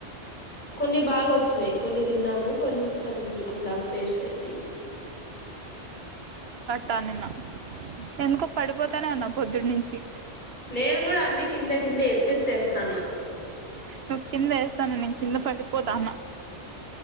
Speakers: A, on the left (about 40°); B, on the right (about 65°).
A: కొన్ని బాగా వచ్చినాయి కొన్ని తిన్నాము కొంచెం అట్లా వేస్ట్ అయిపోయింది
B: తా నిన్న ఎందుకో పడిపోతానే అన్నా పొద్దుడి నుంచి
A: నేను కూడా అన్ని కిందే కిందే ఎత్తేతివేసన్న
B: నువ్ కింద వేసన్నావ్ నేను కింద పడిపోతన్నా